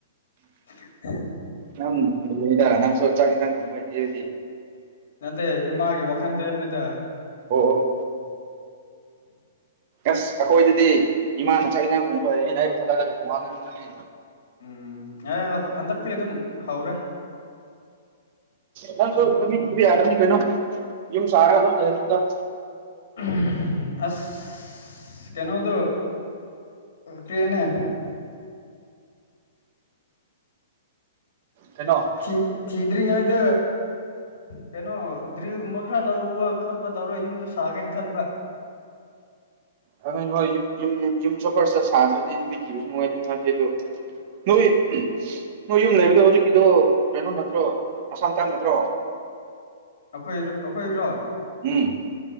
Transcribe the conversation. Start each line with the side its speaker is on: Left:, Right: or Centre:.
Left: ꯎ <unintelligible>
Right: ꯅꯪꯗ ꯅꯪꯁꯨ ꯆꯥꯛ ꯏꯟꯁꯥꯡ ꯊꯣꯡꯕ ꯍꯩꯇꯦꯔꯗꯤ
Left: ꯅꯠꯇꯦ ꯏꯃꯥꯒꯤ ꯋꯥꯈꯟꯗꯅꯤꯗ
Right: ꯑꯣ ꯑꫭ ꯑꯁ ꯑꯩꯈꯣꯏꯗꯗꯤ ꯏꯃꯥꯅ ꯆꯥꯛ ꯏꯟꯖꯥꯡ ꯊꯣꯡꯕ ꯑꯣꯏꯔꯦ ꯑꯩꯅ ꯑꯩꯕꯨ ꯊꯥꯒꯠꯂꯒ ꯊꯣꯡꯍꯥꯎꯅꯤꯡꯉꯤ
Left: ꯎꯝ ꯑꯦ ꯍꯟꯗꯛꯇꯤ ꯑꯗꯨꯝ ꯍꯧꯔꯦ
Right: ꯅꯪꯁꯨ
Left: ꯑꯗꯨꯝ
Right: ꯅꯨꯄꯤ
Left: ꯊꯣꯡ
Right: ꯊꯤꯕ ꯌꯥꯔꯕꯅꯤ ꯀꯩꯅꯣ ꯌꯨꯝ ꯁꯥꯔꯒ‌ ꯑꯗꯨꯝ ꯂꯩꯔꯖꯨ
Left: ꯎꯝ ꯑꯁ ꯀꯩꯅꯣꯗꯣ ꯀꯔꯤꯅꯦ
Right: ꯀꯩꯅꯣ
Left: ꯊꯤ ꯊꯤꯗ꯭ꯔꯤꯉꯩꯗ ꯀꯩꯅꯣ ꯗ꯭ꯔꯤꯜꯒꯨꯝꯕ ꯈꯔ ꯂꯧꯕ ꯈꯣꯠꯄ ꯇꯧꯔ ꯌꯨꯝꯗꯣ ꯁꯥꯒꯦꯅ ꯈꯟꯕ꯭ꯔꯥ
Right: <unintelligible> ꯍꯣꯏ ꯌꯨꯝ ꯌꯨꯝꯁꯨ ꯐ꯭ꯔꯁꯠ ꯁꯥꯗ꯭ꯔꯗꯤ ꯅꯨꯄꯤ ꯊꯤꯕꯁꯨ ꯅꯨꯡꯉꯥꯏꯇꯦ ꯅꯨꯡꯉꯥꯏꯇꯦ ꯑꯗꯣ ꯅꯣꯏ ꯅꯣꯏ ꯌꯨꯝ ꯂꯩꯕꯗ ꯍꯧꯖꯤꯛꯀꯤꯗꯨꯣ ꯀꯩꯅꯣ ꯅꯠꯇ꯭ꯔꯣ ꯑꯁꯥꯝꯇꯥꯏꯟ ꯅꯠꯇ꯭ꯔꯣ
Left: ꯑꯩꯈꯣꯏꯔ ꯑꯩꯈꯣꯏꯔꯣ
Right: ꯎꯝ